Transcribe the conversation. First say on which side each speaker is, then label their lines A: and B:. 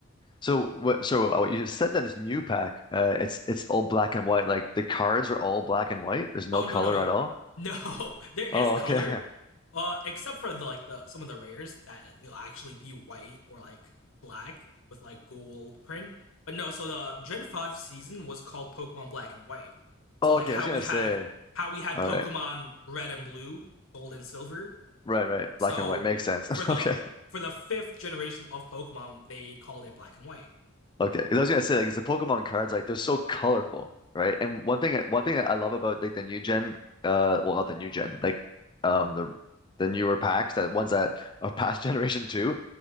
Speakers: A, on the left; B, on the left.
A: so what so what you just said that this new pack, uh it's it's all black and white. Like the cards are all black and white. There's no
B: Oh no
A: color
B: no no
A: at all.
B: <laughs> no! There is
A: Oh,
B: color,
A: okay. <laughs>
B: uh, except for the like the some of the rares that they'll actually be white or like black with like gold print. But no, so the Gen Five season was called Pokemon Black and White. So
A: Oh,
B: like
A: okay.
B: how
A: I was gonna
B: we had
A: say.
B: how we had
A: All
B: Pokemon
A: right.
B: Red and Blue, Gold and Silver.
A: Right, right. Black
B: So
A: and white makes sense.
B: for the
A: <laughs> Okay.
B: for the fifth generation of Pokemon, they called it Black and White.
A: Okay. 'Cause I was gonna say, like, it's the Pokemon cards, like, they're so colorful, right? And one thing, one thing that I love about like the new gen, uh, well, not the new gen, like, um, the the newer packs, that ones that are past <laughs> generation two,